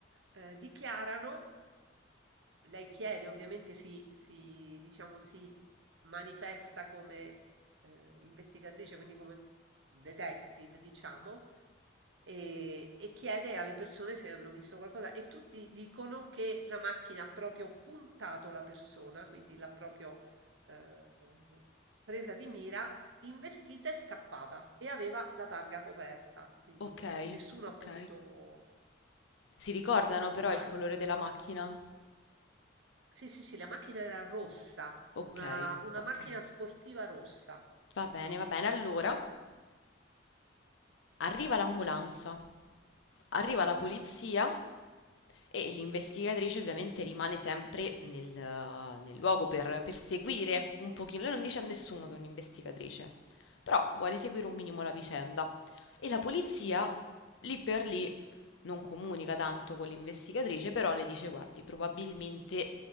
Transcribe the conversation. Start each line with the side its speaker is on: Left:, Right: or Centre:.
Right: eh, dichiarano, lei chiede, ovviamente si, si, diciamo, si manifesta come eh, investigatrice, quindi come detective, diciamo, e, e chiede alle persone se hanno visto qualcosa e tutti dicono che la macchina ha proprio puntato la persona, quindi l'ha proprio eh, presa di mira, investita e scappata e aveva la targa coperta, quindi
Left: Ok,
Right: nessuno
Left: ok.
Right: ha potuto...
Left: Si ricordano però
Right: Vai.
Left: il colore della macchina?
Right: Sì, sì, sì, la macchina era rossa,
Left: Ok,
Right: una, una
Left: ok.
Right: macchina sportiva rossa.
Left: Va bene, va bene. Allora, arriva l'ambulanza, arriva la polizia e l'investigatrice ovviamente rimane sempre nel, nel luogo per, per seguire un pochino. Lei non dice a nessuno che è un'investigatrice, però vuole seguire un minimo la vicenda. E la polizia, lì per lì, non comunica tanto con l'investigatrice, però le dice: Guardi, probabilmente